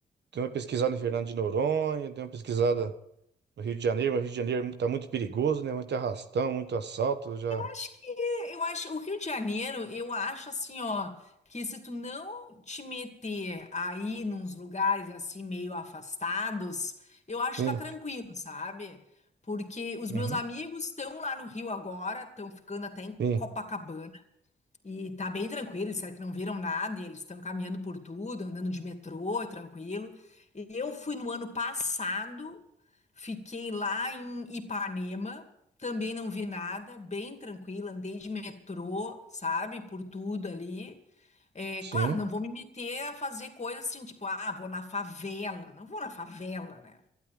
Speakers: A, on the right (about 65°); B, on the left (about 40°).
A: dei uma pesquisada em Fernando de Noronha, dei uma pesquisada no Rio de Janeiro, mas o Rio de Janeiro é mu- tá muito perigoso, né? Muito arrastão, muito assalto, eu já.
B: acho que eu acho o Rio de Janeiro, eu acho assim, ó, que se tu não te meter aí nos lugares assim meio afastados, eu acho
A: Sim,
B: que tá tranquilo, sabe? Porque os
A: uhum,
B: meus amigos estão lá no Rio agora, estão ficando até em
A: sim,
B: Copacabana. E tá bem tranquilo, eles disseram que não viram nada, e eles estão caminhando por tudo, andando de metrô, é tranquilo. E Eu fui no ano passado, fiquei lá em Ipanema, também não vi nada, bem tranquilo, andei de metrô, sabe, por tudo ali. É,
A: sim.
B: claro, não vou me meter a fazer coisas assim, tipo, ah, vou na favela, não vou na favela, né?